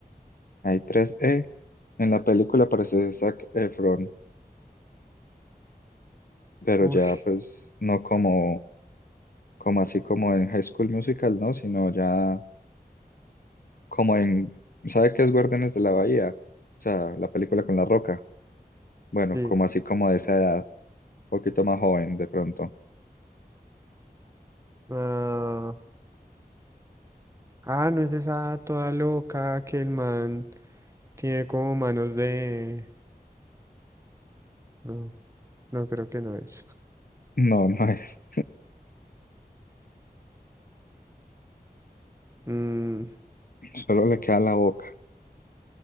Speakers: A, on the left; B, on the right.
A: hay tres E. En la película aparece Zac Efron, pero
B: uff,
A: ya pues no como, como así como en High School Musical, ¿no? Sino ya como en, ¿sabe qué es Guardianes de la Bahía? O sea, la película con La Roca. Bueno,
B: sí.
A: como así como de esa edad, un poquito más joven de pronto.
B: ah, ah, no es esa toda loca que el man tiene como manos de... No, no creo que no es.
A: <laughs> No, no es.
B: Mm,
A: Solo le queda la boca.